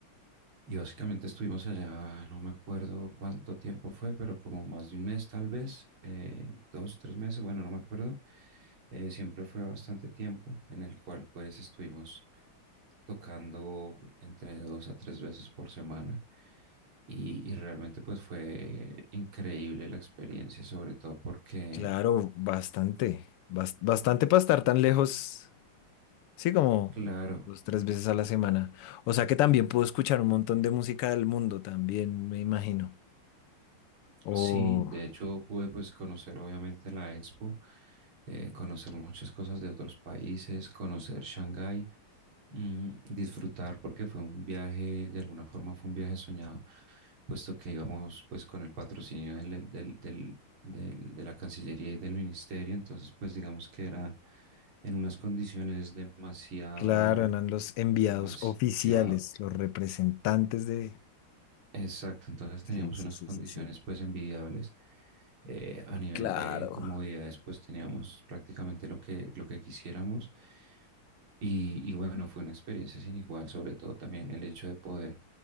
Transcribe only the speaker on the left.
Claro, bastante, bas- bastante para estar tan lejos, sí, como
dos, tres veces a la semana. O sea que también pudo escuchar un montón de música del mundo, también, me imagino. O,
claro, eran los enviados
oficiales, los representantes de...
Sí,
sí,
sí,
sí, sí.
Claro.